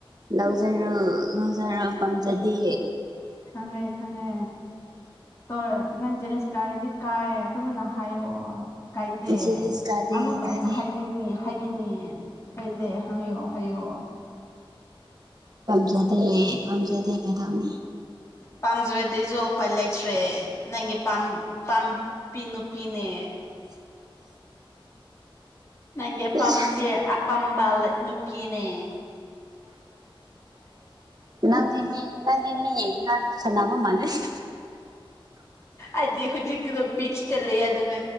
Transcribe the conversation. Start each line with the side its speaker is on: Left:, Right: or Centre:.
Right: ꯂꯧꯖꯔꯣ ꯂꯧꯖꯔꯣ ꯄꯥꯝꯖꯗꯦ
Left: ꯈꯪꯉꯦ ꯈꯉꯦ ꯇ ꯅꯪ ꯖꯦꯂꯦꯟꯁ ꯀꯥꯔꯗꯤ ꯀꯥꯏ ꯑꯗꯨꯃꯅ ꯍꯥꯏꯌꯣꯑꯣ ꯀꯥꯏꯗꯦ
Right: ꯖꯦꯂꯤꯁ ꯀꯥꯗꯦ
Left: ꯑꯃꯒ
Right: ꯀꯥꯗꯦ
Left: ꯑꯩꯅ ꯍꯥꯏꯔꯤꯅꯤ ꯍꯥꯏꯒꯅꯤ ꯀꯩꯗ ꯍꯪꯌꯣ ꯍꯥꯏꯌꯣ
Right: ꯄꯝꯖꯗꯦ ꯄꯝꯖꯗꯦ ꯀꯩꯗꯧꯅꯤ
Left: ꯄꯥꯝꯖꯔꯗꯤꯁꯨ ꯎꯄꯥꯏ ꯂꯩꯇ꯭ꯔꯦ ꯅꯪꯒꯤ ꯄꯥꯝꯕꯤ ꯅꯨꯄꯤꯅꯦ
Right: <inaudible>
Left: ꯅꯪꯦ ꯄꯝꯄꯦ
Right: ꯏꯁ
Left: ꯑ ꯄꯝꯕꯜ ꯨꯄꯤꯅꯦ
Right: ꯎꯝ ꯅꯪꯅꯤ ꯅꯪꯅꯤ ꯌꯦ ꯁꯅꯥꯕ ꯃꯥꯂ ꯊꯦ
Left: ꯑꯗꯤ ꯍꯧꯨꯖꯤ ꯀ ꯑꯗꯨ ꯕꯤꯆ ꯇ ꯂꯩ ꯑ ꯑꯗꯨ ꯅ